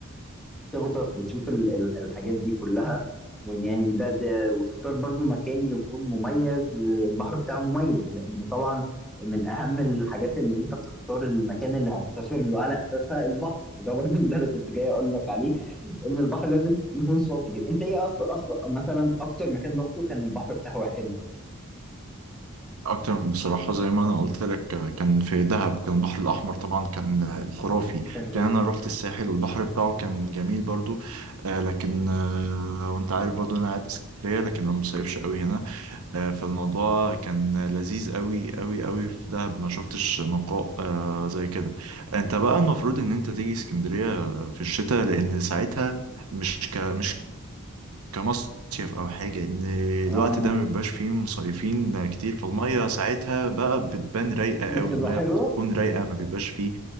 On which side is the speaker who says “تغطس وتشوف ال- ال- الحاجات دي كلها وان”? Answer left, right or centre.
Centre